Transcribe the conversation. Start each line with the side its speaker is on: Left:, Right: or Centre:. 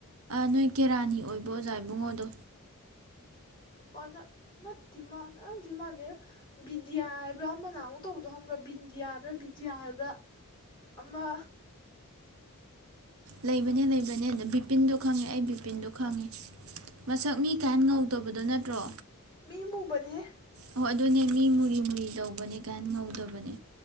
Right: ꯅꯣꯏ ꯀꯦꯔꯥꯅꯤ ꯑꯣꯏꯕ ꯑꯣꯖꯥ ꯏꯕꯨꯡꯉꯣꯗꯣ
Left: ꯑꯣ ꯅꯠ ꯅꯠꯇꯦ ꯃꯥ ꯅꯠꯂꯝꯗꯨꯏ ꯃꯥꯟꯗꯦ ꯕꯤꯗ꯭ꯌꯥ ꯍꯥꯏꯕ꯭ꯔꯥ ꯑꯃ ꯅꯍꯥꯟꯃꯨꯛ ꯇꯧꯕꯗꯣ ꯍꯪꯕ꯭ꯔꯥ ꯕꯤꯟꯗꯤꯌꯥ ꯍꯥꯏꯕ꯭ꯔꯥ ꯕꯤꯗ꯭ꯌꯥ ꯍꯥꯏꯕ꯭ꯔꯥ ꯑꯃ
Right: ꯂꯩꯕꯅꯦ
Left: ꯎꯝ
Right: ꯂꯩꯕꯅꯦ <unintelligible> ꯄꯤꯟꯗꯣ ꯈꯪꯉꯦ ꯑꯩ ꯕꯤꯄꯤꯟꯗꯣ ꯈꯪꯉꯦ ꯃꯁꯛ ꯃꯤ ꯀꯥ ꯍꯦꯟꯅ ꯉꯧꯗꯕꯗꯣ ꯅꯠꯇ꯭ꯔꯣ
Left: ꯃꯤ ꯃꯨꯕꯅꯦꯍꯦ
Right: ꯑꯣ ꯑꯗꯨꯅꯦ ꯃꯤ ꯃꯨꯔꯤ ꯃꯨꯔꯤ ꯇꯧꯕꯅꯦ ꯀꯥ ꯍꯦꯟꯅ ꯉꯧꯗꯕꯅꯦ